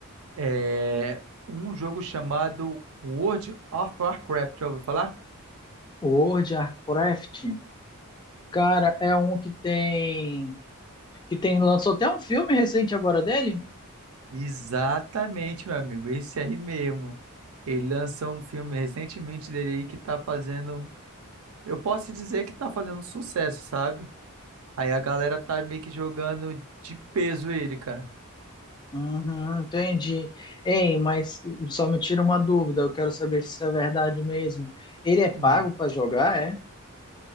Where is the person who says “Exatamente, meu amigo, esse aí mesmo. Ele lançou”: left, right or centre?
Right